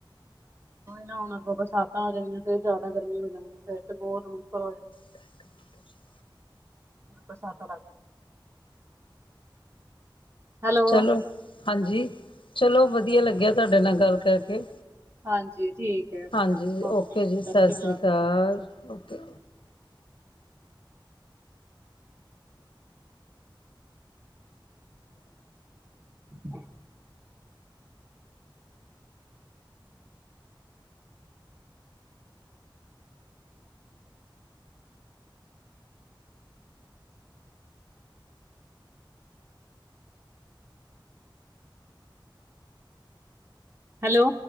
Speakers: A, on the right (about 30°); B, on the left (about 85°).
A: ਨਾ ਹੁਣ ਅੱਗੋ ਬਰਸਾਤਾਂ ਆ ਜਾਣੀਆਂ ਫੇਰ ਜ਼ਿਆਦਾ ਗਰਮੀ ਹੋ ਜਾਣੀ ਫੇਰ ਤੇ ਬਹੁਤ ਮੁਸ਼ਕਿਲ ਹੋ ਜਾਣੀ।
B: <inaudible>
A: ਬਰਸਾਤਾਂ ਬ ਹੈਲੋ
B: ਚਲੋ ਹਾਂਜੀ। ਚਲੋ ਵਧੀਆ ਲੱਗਿਆ ਤੁਹਾਡੇ ਨਾਲ ਗੱਲ ਕਰਕੇ।
A: ਹਾਂਜੀ ਠੀਕ ਹੈ
B: ਹਾਂਜੀ ਓਕੇ
A: ਸਤਿ
B: ਜੀ। ਸਸਰੀਕਾਲ
A: ਸ਼੍ਰੀ ਅਕਾਲ
B: ਓਕੇ।
A: ਹਾਂ <unintelligible> ਹੈਲੋ